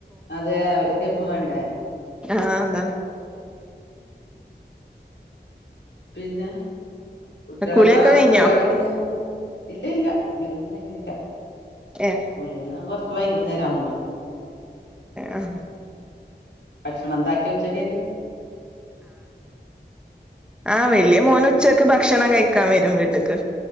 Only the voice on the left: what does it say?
അതെ അവർക്ക് ഇപ്പം വേണ്ടേ
പിന്നെ കുട്ട്യാളെല്ലാം
യത്രല പഠിക്കുന്നത് ഇല്ല ഇല്ല കുളിന്നും കഴിഞ്ല്ല
കുളി യല്ലാം കൊറച്ച് വൈക്കുന്നേരാവും
ഭക്ഷണന്താക്കി ഉച്ച കേക്ക്